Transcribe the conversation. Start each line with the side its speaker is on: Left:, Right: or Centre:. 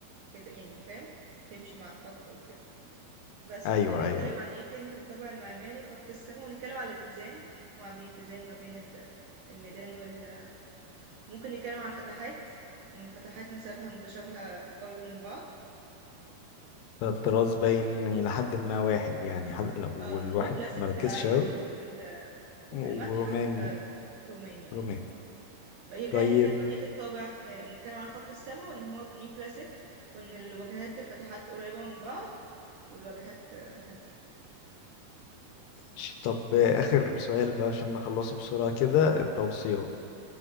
Right: كده يعني فاهم تمشي مع الخط وكده بس
Left: ايوه
Right: ممكن نتكلم
Left: ايوه
Right: عن ايه تاني في الطابع المعماري خط السماء ونتكلم عن الاتزان ان هم عاملين اتزان ما بين ال- الميدان وال ممكن نتكلم عن الفتحات ان الفتحات نسبها متشابهة قوي من بعض
Left: الطراز باين الى حد ما واحد يعني حد لو
Right: اه
Left: الواحد
Right: نيو كلاسيك
Left: مركزش
Right: في العادي
Left: اوي
Right: وفي ال... وفي
Left: وروماني
Right: المتحف آه، روماني اه
Left: روماني
Right: بقى كان
Left: طيب
Right: نتكلم عن ايه في الطابع في نتكلم عن خط السما وان هو نيو كلاسيك وان الواجهات الفتحات قريبة من بعض والواجهات آه، هادية
Left: ش- طب اخر سؤال بقى عشان نخلصه بسرعه كده التوصيات